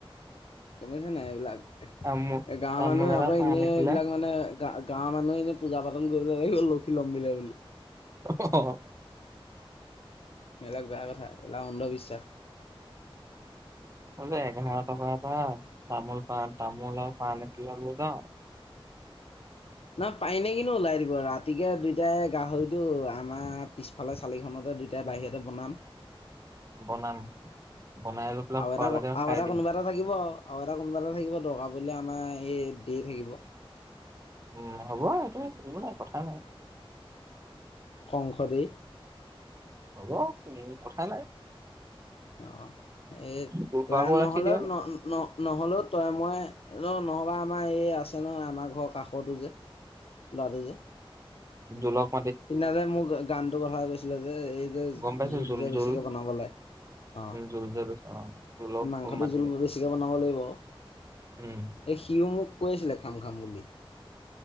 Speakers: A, on the left (about 80°); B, on the right (about 30°).
A: গম পাইছা নাই এইবিলাক,
B: তামোল
A: এ' গাঁৱৰ
B: তামোল
A: মানুহে
B: এটা
A: আকৌ,
B: পাণ
A: এনেই
B: এখিলা
A: এইবিলাক মানে গা গাঁৱৰ মানুহে এনে পূজা পাতল কৰিব লাগিব, লক্ষী লম্ভিলে বুলি।
B: অ'!
A: সেই বিলাক বেয়া কথা এইবিলাক অন্ধবিশ্বাস।
B: হ'লেও এঘাৰ টকা এটা, তামোল পাণ, তামোল আৰু পাণ এক কিলো লবা।
A: <inaudible> না, পাই নে কিনো ওলাই দিব ৰাত ৰাতিকে দুইটাই গাহৰিটো, আমাৰ পিছফালে, চালিখনতে দুইটাই বাহিৰতে বনাম। <inaudible>
B: বনাম। বনাই লৈ পেলাই
A: আৰু এটা
B: খোৱালৈকে
A: আৰু
B: খাই
A: এটা
B: দিম
A: কোনোবা এটা থাকিব আও। আৰু এটা কোনোবা এটা থাকিব দৰকাৰ পৰিলে, আমাৰ এই দি থাকিব।
B: উম, হ'ব এইটো, একো নাই, কথা নাই।
A: সংসদেই
B: হ'ব, কথা নাই।
A: অ'! এই
B: জোল
A: ক্লাইন্ট
B: খোৱাকো
A: নহ'লেও,
B: ৰাখি দিয়ক
A: ন' ন' নহ'লেও তই মই অ'! নহ'বা আমাৰ এই, আছে নহয়, আমাৰ ঘৰৰ কাষটো যে, ল'ৰাটো যে।
B: জোনক
A: সইদিনা যে, মোক গানটোৰ কথা কৈছিলে যে, এই যে
B: গম পাইছো
A: জোত
B: জোল
A: যে বেছিকে
B: জোল
A: বনাব লাগে। অ'!
B: জোল যে কৈছে অ জোলক
A: এই মাংসটো
B: মাতি
A: জোল
B: দিম
A: বেছিকে বনাব লাগিব আও।
B: উম
A: এই সিও মোক কৈছিলে খাম, খাম বুলি।